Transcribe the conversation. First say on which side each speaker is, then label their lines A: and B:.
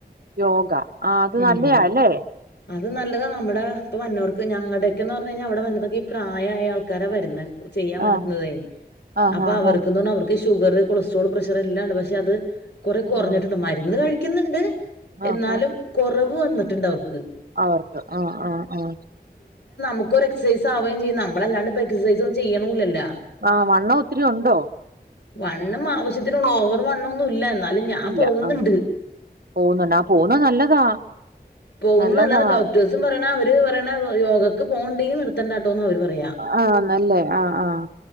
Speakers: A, on the right; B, on the left.
A: യോഗ ആഹ്‌ അത്
B: ഉം
A: നല്ലയാ അല്ലേ
B: അത് നല്ലതാ നമ്മുടെ ഇപ്പൊ വന്നോർക്ക് ഞങ്ങടെക്കെന്ന് പറഞ്ഞ് കഴിഞ്ഞാ അവിടെ വന്നതൊക്കെ ഈ പ്രായായ ആൾക്കാരാ വരുന്നേ ചെയ്യാൻ പറ്റുന്നതെ
A: ആഹ് ആഹ്
B: അപ്പൊ
A: ആഹ്
B: അവർക്ക്ന്ന് പറഞാ അവർക്ക് ഇഷ്ട ഷുഗറ് കൊളസ്ട്രോള് പ്രഷറെല്ലാം ഇണ്ട് പക്ഷെ അത് കുറെ കൊറഞ്ഞിട്ടുണ്ട്
A: ആഹ് ആഹ്
B: മരുന്ന് കഴി ക്കുന്നിണ്ട്
A: ആഹ്
B: എന്നാലും
A: ആഹ്
B: കൊറവ് വ് വന്നിട്ടുണ്ടവർക്ക്
A: അവർക്ക് ആഹ്‌ ആഹ് ആഹ്
B: മുക്കൊരു എക്സൈസ് ആവുകയും ചെയ്യും നമ്മളല്ലാണ്ട് ഇപ്പോ എക്സൈസും ചെയ്യണുല്ലല്ലോ
A: ആഹ് വണ്ണ ഒത്തിരി ഉണ്ടോ
B: വണ്ണം ആവശ്യത്തിനുള്ള ഓവർ വണ്ണൊന്നും ഇല്ല എന്നാലും ഞാൻ
A: ഇല്ല
B: പോകുന്നുണ്ട്
A: ആഹ്‌ പോവുന്നുണ്ട ആഹ്‌ പോവുന്ന നല്ലതാ
B: പോകുന്നത്
A: നല്ലതാ
B: നല്ലാന്ന് ഡോക്ടേഴ്സും പറയണ അവര് യോഗക്ക് പോപ്ണ്ടെങ്കി നിർത്തണ്ടട്ടോന്ന് അവർ പറ പ്പിയ
A: ആഹ് നല്ലേ ആഹ് ആഹ്